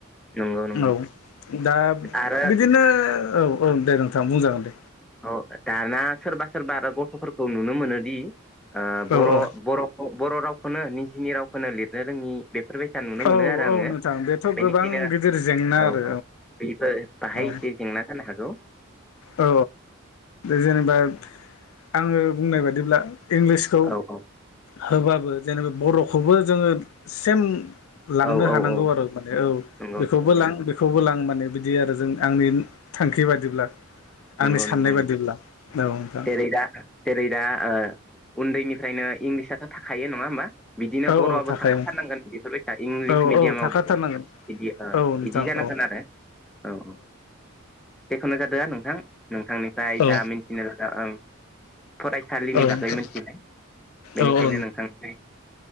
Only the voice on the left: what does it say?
औ दा
बिदिनो औ औ दे नोंथां बुंजागोन दे
औ
औ
औ
औ नोंथां बेथ'
गोबां गिदिर जेंना
आरो
औ
औ जेनेबा आङो बुंनाय बादिब्ला इंलिसखौ
होबाबो जेनेबा बर'खौबो जोङो सेम लांनो
हानांगौ
आरो माने औ
बेखौबो
लां बेखौबो लां मा ने बिदि आरो जों आंनि थांखि बादिब्ला आंनि
साननाय
बादिब्ला
औ नोंथां
औ
औ थाखायो
नोंथां
औ
औ थाखाथारनांगोन
औ नोंथां
औ
औ
औ नोंथां
औ औ